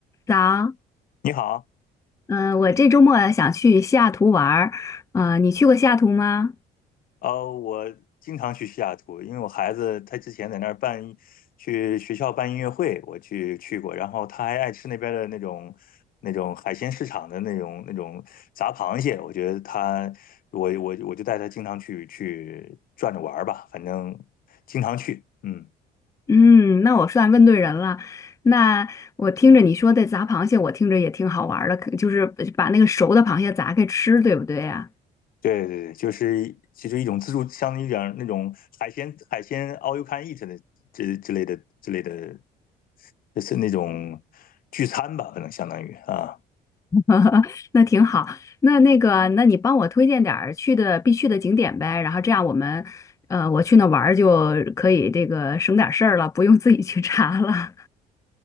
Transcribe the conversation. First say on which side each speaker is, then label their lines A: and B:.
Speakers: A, on the left; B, on the left.
A: 早，
B: 你好，
A: 嗯、我这周末想去西雅图玩儿，呃，你去过西雅图吗？
B: 呃，我经常去西雅图，因为我孩子他之前在那儿办一去学校办音乐会，我去去过，然后他还爱吃那边的那种那种海鲜市场的那种那种炸螃蟹，我觉得他我我我就带他经常去去转着玩儿吧，反正经常去，嗯，
A: 嗯，那我算问对人了。那我听着你说的砸螃蟹，我听着也挺好玩儿的，可就是呃把那个熟的螃蟹砸开吃，对不对呀、
B: 对对对，就是其实一种自助，相当于点那种海鲜海鲜 all you can eat 的这之类的之类的，就是那种聚餐吧，可能相当于啊。
A: <laughs> 那挺好。那那个，那你帮我推荐点儿去的必去的景点呗，然后这样我们，呃，我去那玩儿就可以这个省点儿事儿了，不用自己去查了。